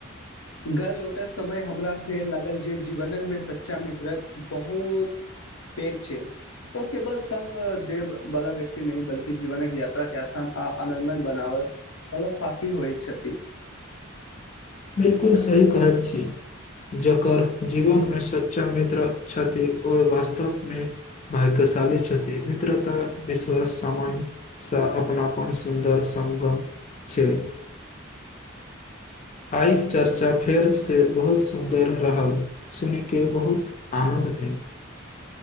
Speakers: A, on the left; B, on the left.
A: घर लौटत समय हमरा फेर लागल जे जीवनन मे सच्चा मित्रक बहुत पैघ छै ओ केवल संग देव वाला व्यक्ति नहि बल्कि जीवनक यात्रा के आसान आ आनन्दमय बनाबय वला साथी होइत छथि
B: बिलकुल सही कहैत छी जकर जीवनमे सच्चा मित्र छथि ओ वास्तवमे भाग्यशाली छथि मित्रता विश्वास सामानसँ अपनापन सुन्दर संगम छै आइक चर्चा फेरसे बहुत सुन्दर रहल सुनि के बहुत आनन्द भेल